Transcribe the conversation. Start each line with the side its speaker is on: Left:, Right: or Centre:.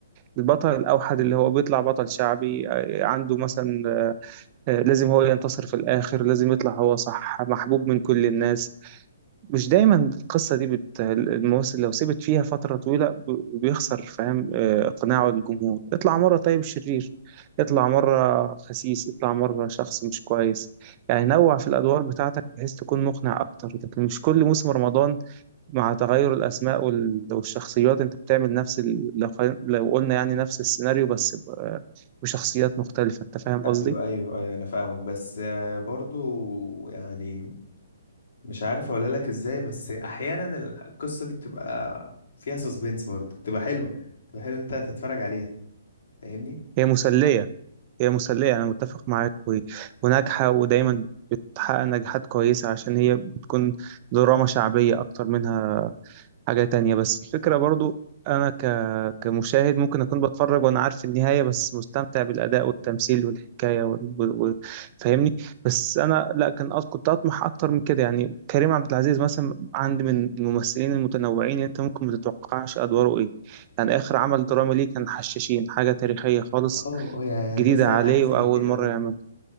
Right: البطل الأوحد اللي هو بيطلع بطل شعبي آه، عنده مثلا آه، لازم هو ينتصر في الآخر لازم يطلع هو صح محبوب من كل الناس مش دايما القصة دي بت... الممثل لو سبت فيها فترة طويلة ب... بيخسر فاهم آه، إقناعه للجمهور اطلع مرة طيب شرير اطلع مرة خسيس اطلع مرة شخص مش كويس يعني نوع في الأدوار بتاعتك بحيث تكون مقنع أكتر لكن مش كل موسم رمضان مع تغير الأسماء وال... والشخصيات أنت بتعمل نفس ال... لو... خل- لو قلنا يعني نفس السيناريو بس ب... آه، بشخصيات مختلفة أنت فاهم قصدي؟
Left: ايوه ايوه ايوه انا فاهمك بس آه، برضو يعني مش عارف اقول لك ازاي بس احيانا ال- القصة دي بتبقى فيها سسبنس برضو بتبقى حلوة بتبقى حلو إن انت تتفرج عليها فاهمني
Right: هي مسلية هي مسلية أنا متفق معاك و- وناجحة ودايما بتحقق نجاحات كويسة عشان هي بتكون دراما شعبية أكتر منها حاجة تانية بس الفكرة برضو أنا ك... كمشاهد ممكن أكون بتفرج وأنا عارف النهاية بس مستمتع بالأداء والتمثيل والحكاية وال... و... و... فاهمني بس أنا لا كان أط- كنت أطمح أكتر من كده يعني كريم عبد العزيز مثلا عندي من الممثلين المتنوعين أنت ممكن ما تتوقعش أدواره إيه يعني آخر عمل درامي ليه كان حشاشين حاجة تاريخية خالص
Left: اه اه يعني
Right: جديدة
Left: مثلا
Right: عليه
Left: حاجة زي
Right: وأول
Left: كده
Right: مرة
Left: اهو
Right: يعمل